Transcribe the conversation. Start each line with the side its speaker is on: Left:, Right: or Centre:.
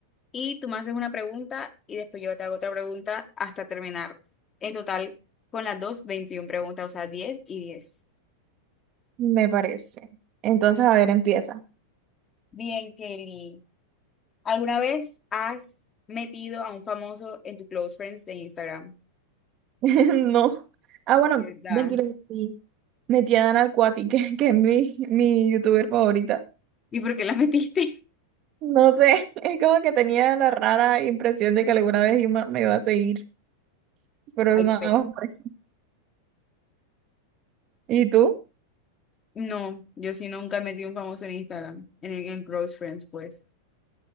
Left: y tú me haces una pregunta y después yo te hago otra pregunta hasta terminar. En total, con las dos, 21 preguntas, o sea, diez y 10.
Right: Me parece. Entonces, a ver, empieza.
Left: Bien, Kelly. ¿Alguna vez has metido a un famoso en tu close friends de Instagram?
Right: <laughs> No. Ah, bueno,
Left: ¿De ¿Verdad?
Right: mentira, sí. Metí a Dana al Cuati, que, que es mi, mi youtuber favorita.
Left: ¿Y por qué la metiste?
Right: No sé, <laughs> es como que tenía la rara impresión de que alguna vez Ima me iba a seguir, pero
Left: <laughs> Ay,
Right: nada más por eso. ¿Y tú?
Left: No, yo sí nunca metí un famoso en Instagram, en, en Close Friends, pues.